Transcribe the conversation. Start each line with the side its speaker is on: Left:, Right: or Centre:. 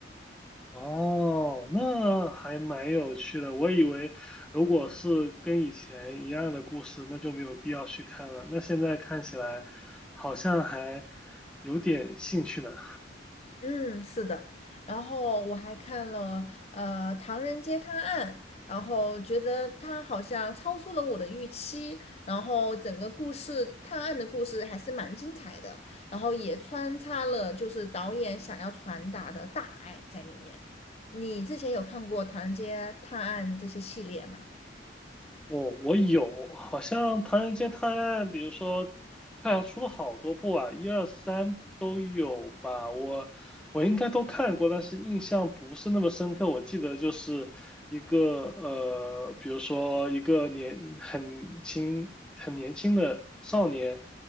Centre: 哦，那还蛮有趣的。我以为如果是跟以前一样的故事，那就没有必要去看了。那现在看起来好像还有点兴趣呢。
Left: 嗯，是的，然后我还看了呃《唐人街探案》，然后觉得它好像超出了我的预期，然后整个故事探案的故事还是蛮精彩的，然后也穿插了就是导演想要传达的大爱在里面。你之前有看过《唐人街探案》这些系列吗？
Centre: 哦，我有，好像《唐人街探案》，比如说，它好像出了好多部啊，一二三都有吧。我我应该都看过，但是印象不是那么深刻。我记得就是一个呃，比如说一个年很轻很年轻的少年，